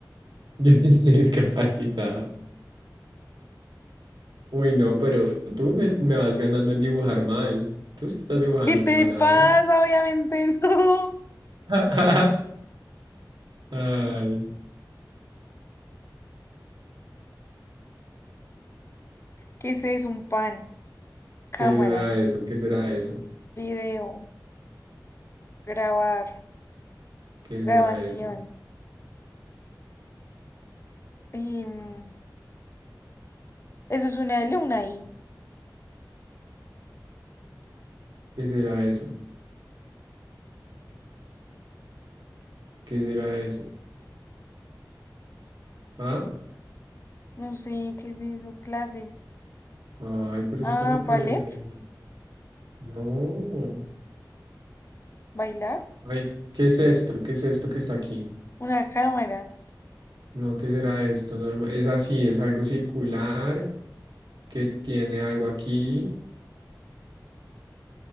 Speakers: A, on the right; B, on the left.
A: Yo <laughs> estoy discapacitado. Uy, no, pero tú me, me vas ganando en dibujar mal. Tú sí estás dibujando
B: ¿Qué te
A: mal ahora.
B: pasa? Obviamente <laughs> no.
A: <laughs> Ay,
B: ¿Qué es eso? Un pan. cámara,
A: ¿qué será eso? ¿Qué será eso?
B: video, grabar,
A: ¿Qué
B: grabación.
A: será eso?
B: Y, mm, eso es una alumna ahí.
A: ¿Qué será eso? ¿Qué será eso? ¿Ah?
B: No sé qué es eso, clases.
A: Ay, pero
B: Ah,
A: eso está muy
B: ballet,
A: fácil de adivinar. No.
B: bailar,
A: Ay, ¿qué es esto? ¿Qué es esto que está aquí?
B: una cámara,
A: No, ¿qué será esto? Norma- Es así, es algo circular que tiene algo aquí.